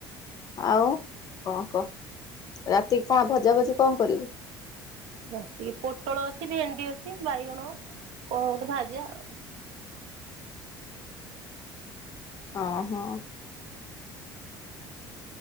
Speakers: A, on the left; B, on the right.
A: ଆଉ କଣ କ? ରାତିିକି କଣ ଭଜା ଭଜି କଣ କରିବୁ?
B: ରାତିକି ପୋଟଳ ଅଛି, ଭେଣ୍ଡି ଅଛି, ବାଇଗଣ କଣ ଗୋଟେ ଭାଜିବା ଆଉ?
A: ଅଁ ହଁ।